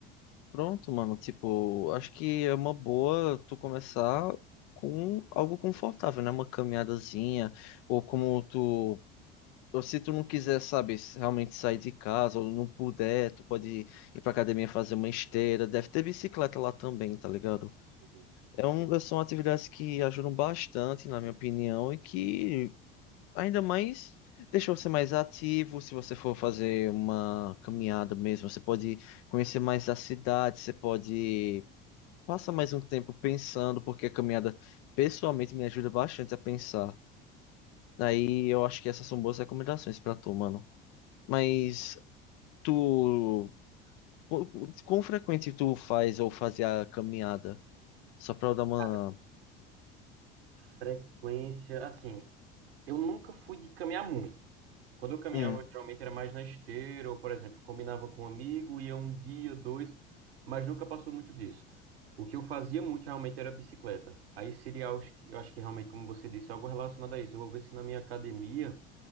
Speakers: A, on the left; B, on the right.
A: Pronto, mano. Tipo, acho que é uma boa tu começar com algo confortável, né? Uma caminhadazinha, ou como tu. Ou se tu não quiser, sabe, realmente sair de casa, ou não puder, tu pode ir pra academia fazer uma esteira. Deve ter bicicleta lá também, tá ligado?
B: Uhum.
A: É um, é, são atividades que ajudam bastante, na minha opinião, e que ainda mais deixam você mais ativo. Se você for fazer uma caminhada mesmo, você pode conhecer mais a cidade, você pode. Passa mais um tempo pensando, porque a caminhada pessoalmente me ajuda bastante a pensar. Aí eu acho que essas são boas recomendações pra tu, mano. Mas tu, quão quão frequente tu faz ou fazia a caminhada? Só pra eu dar uma.
B: Cara, frequência, assim. Eu nunca fui de caminhar muito. Quando eu caminhava,
A: Hum,
B: geralmente era mais na esteira, ou, por exemplo, combinava com um amigo, ia um dia, dois, mas nunca passou muito disso. O que eu fazia muito realmente era bicicleta. Aí seria, acho que- eu acho que realmente, como você disse, é algo relacionado a isso. Eu vou ver se na minha academia